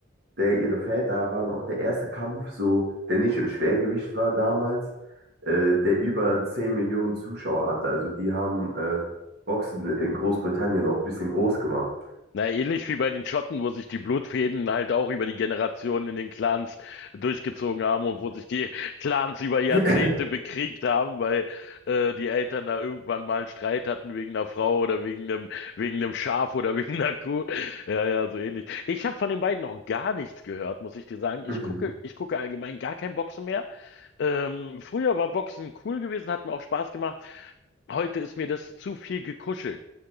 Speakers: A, on the right (about 55°); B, on the left (about 55°).
A: der, ihre Väter waren auch der erste Kampf, so, der nicht im Schwergewicht war damals, äh, der über 10 Millionen Zuschauer hatte. Also die haben äh, Boxen in Großbritannien auch ein bisschen groß gemacht.
B: Na, ähnlich wie bei den Schotten, wo sich die Blutfäden halt auch über die Generationen in den Clans durchgezogen haben und wo sich die Clans über Jahrzehnte
A: <laughs>
B: bekriegt haben, weil äh, die Eltern da irgendwann mal einen Streit hatten wegen einer Frau oder wegen einem wegen einem Schaf oder <laughs> wegen einer Kuh. Ja, ja, so ähnlich. Ich habe von den beiden noch gar nichts gehört, muss ich dir sagen. Ich
A: Mhm,
B: gucke, ich gucke allgemein gar kein Boxen mehr. Ähm, früher war Boxen cool gewesen, hat mir auch Spaß gemacht. Heute ist mir das zu viel gekuschelt.